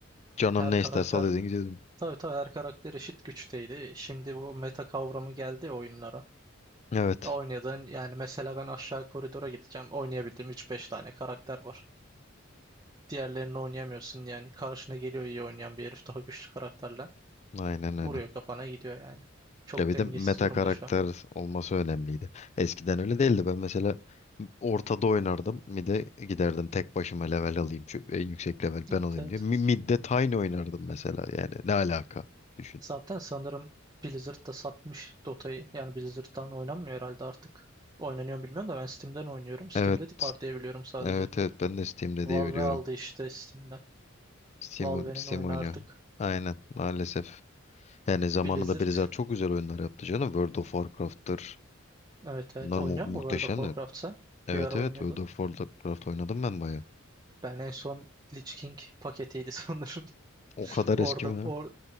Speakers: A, on the left; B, on the right.
A: Canın
B: Her
A: ne
B: karakter
A: isterse alıyordun gidiyordun.
B: tabii tabii her karakter eşit güçteydi. Şimdi bu meta kavramı geldi ya oyunlara.
A: Evet.
B: Oynadığın yani mesela ben aşağı koridora gideceğim. Oynayabildiğim üç beş tane karakter var. Diğerlerini oynayamıyorsun yani. Karşına geliyor iyi oynayan bir herif daha güçlü karakterle.
A: Aynen öyle.
B: Vuruyor kafana gidiyor yani. Çok
A: Ya bir
B: dengesiz
A: de meta
B: durumda
A: karakter
B: şu an.
A: olması önemliydi. Eskiden öyle değildi. Ben mesela ortada oynardım. Mid'e giderdim. Tek başıma level alayım. Şu en yüksek level ben
B: Evet
A: olayım
B: evet.
A: diye. Mi- Mid'de Tiny oynardım mesela. Yani ne alaka? Düşün.
B: Zaten sanırım Blizzard da satmış Dota'yı. Yani Blizzard'dan oynanmıyor herhalde artık. Oynanıyor mu bilmiyorum da ben Steam'den oynuyorum. Steam'de
A: Evet.
B: var diye biliyorum sadece.
A: Evet evet. Ben de Steam'de
B: Valve
A: diye biliyorum.
B: aldı işte Steam'den.
A: Steam,
B: Valve'nin
A: Steam
B: oyunu
A: oynuyor.
B: artık.
A: Aynen. Maalesef. Yani zamanında
B: Blizzard.
A: Blizzard çok güzel oyunlar yaptı canım. World of Warcraft'tır.
B: Evet evet.
A: Bunlar
B: Oynuyor
A: mu muhteşem
B: mu World of Warcraft sen?
A: Evet
B: Bir ara
A: evet
B: oynuyordun.
A: World of Warcraft oynadım ben bayağı.
B: Ben en son Lich King paketiydi <laughs> sanırım.
A: O kadar
B: Orada
A: eski mi? ya?
B: orada